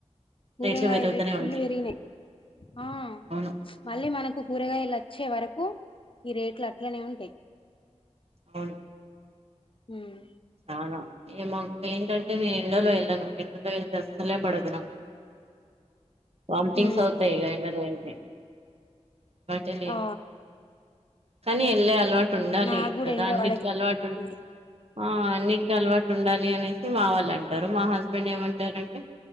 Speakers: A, on the left; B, on the right.
A: కూరగాయల్
B: రేట్లు పెరుగుతూనే
A: రెట్ ఫుల్
B: ఉంటాయి
A: పేరిగినై ఆ
B: అవును
A: మళ్ళీ మనకు కూరగాయాలు ఆ చ్చే వరకు ఈ రేట్లు అట్లనే ఉంటాయి
B: అవును
A: మ్
B: చాలా ఇగ మాకు ఏంటంటే నేను ఎండలో వెళ్ళను ఎండలో వెళ్తే అస్సలే పడదు నాకు వటింగ్స్అయితయి
A: హ్మ్
B: ఆ ఎండలో వెళ్తే అలవాటే లేదు
A: ఆ
B: కానీ వెళ్ళే అలవాటు ఉండాలి
A: నాకు కూడా
B: కదా
A: ఎండ
B: అన్నిటికీ
A: పడది
B: అలవాటు ఉం
A: హ్మ్.
B: ఆ అన్నిటికి అలవాటు ఉండాలి అనేసి మా వాళ్ళు అంటారు మా హస్బెండ్ ఏమంటారంటే